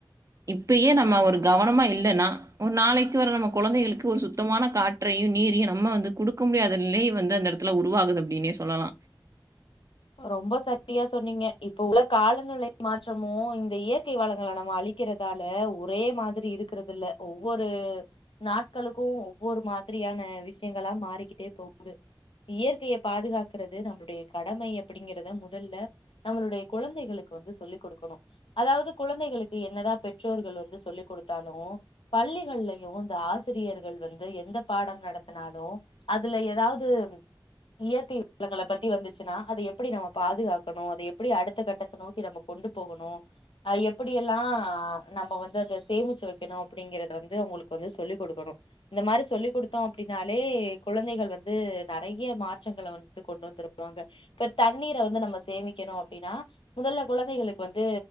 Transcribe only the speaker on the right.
இப்பயே நம்ம ஒரு கவனமா இல்லனா ஒரு நாளைக்கு வர நம்ம கொழந்தைகளுக்கு ஒரு சுத்தமான காற்றையு நீரையு நம்ம வந்து குடுக்க முடியாதலயே வந்து அந்த ல உருவாகுது அப்டின்னே சொல்லலா